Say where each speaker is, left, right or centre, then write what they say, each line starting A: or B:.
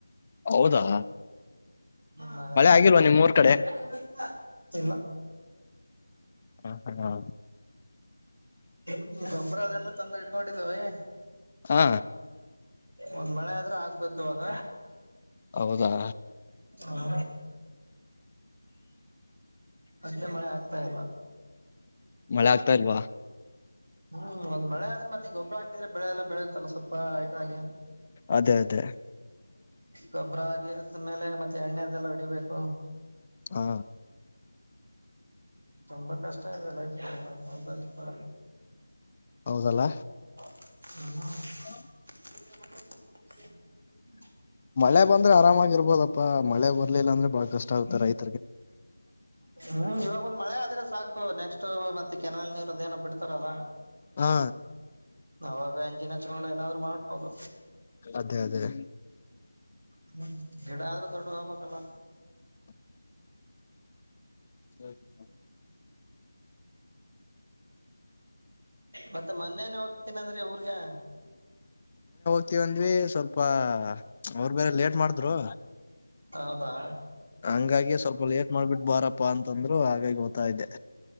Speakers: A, on the left; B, on the right.
A: ಹೌದಾ
B: ಮಳೆ ಏನ
A: ಆಗಿಲ್ವಾ ನಿಮ್ ಊರ್ ಕಡೆ
B: ಇಲ್ಲ ಇಲ್ಲ
A: ಹ ಹಾ ಹಾ
B: ಹ್ಮ್ ಗೊಬ್ಬರ ಅದೆಲ್ಲ ತಂದ ಇಡ್ಕೊಂಡಿದ್ವಿ
A: ಹಾ
B: ಒಂದ್ ಮಳೆ ಆದ್ರೆ ಹಾಕ್ಬೇಕ ಇವಾಗ
A: ಹೌದಾ
B: ಹಾ ಅದೇ ಮಳೆ ಆಗ್ತಾ ಇಲ್ಲ
A: ಮಳೆ ಆಗ್ತಾ ಇಲ್ವಾ
B: ಹ್ಮ್ ಒಂದ ಮಳೆ ಆದ್ರೆ ಮತ್ತೆ ಈ ಗೊಬ್ಬರ ಹಾಕಿದ್ರೆ ಬೆಳೆಲ್ಲ ಬೆಳೆ ಲ್ಲ ಸ್ವಲ್ಪ ಇದಾಗೆ
A: ಅದೇ ಅದೇ
B: ಗೊಬ್ಬರ ಹಾಗೆ ಮೇಲೆ ಮತ್ತೆ ಎಣ್ಣೆ ಅದೆಲ್ಲ ಹೊಡಿಬೇಕು
A: ಹಾ
B: ತುಂಬಾ ಕಷ್ಟ ಇದೆ ಲೈಫ ಎಲ್ಲ ಹೂಲದಲ್ಲಿ ಕೊಡ
A: ಹೌದಲ್ಲ
B: ಹ್ಮ
A: <inaudible>
B: <inaudible>
A: ಮಳೆ ಬಂದ್ರೆ ಆರಾಮಾಗಿರ್ಬೋದಪ್ಪಾ ಮಳೆ ಬರ್ಲಿಲ್ಲ ಅಂದ್ರೆ ಬಾಳ ಕಷ್ಟ ಆಗ್ತಾರೆ ರೈತ
B: ಹ್ಮ್ ಇವಾಗ ಒಂದು ಮಳೆ ಆದ್ರೆ ಸಾಕು ನೆಕ್ಸ್ಟ್ ಮತ್ತೆ ಕೆನಾಲ್ ನೀರು ಅದೇನೂ ಬಿಡ್ತಾರಲ್ಲಾ
A: ಹಾ
B: ಅವಾಗ ಎಂಜಿನ್ ಹಚ್ಕೊಂಡು ಏನಾದ್ರು ಮಾಡ್ಬೋದು
A: ಅದೇ ಅದೇ
B: ಹ್ಮ್ ಗಿಡ ಆದ್ರೂ ದೊಡ್ಡ ಹಾಬೇಕ್ಲ್
A: ಸರಿ
B: ಮತ್ತೆ ಮೊನ್ನೆನೆ ಹೋಗತೀನಂದ್ರಿ ಊರ್ಗೆ
A: ಒಂದ್ವಿ ಸ್ವಲ್ಪ ಅವರು ಬೇರೆ ಲೇಟ್ ಮಾಡಿದ್ರು
B: ಹೌದಾ
A: ಹಂಗಾಗಿ ಸ್ವಲ್ಪ ಲೇಟ್ ಮಾಡ್ಬಿಟ್ ಬಾರಪ್ಪಾ ಅಂತಂದ್ರು ಹಾಗಾಗಿ ಹೋತಾಯಿದ್ದೆ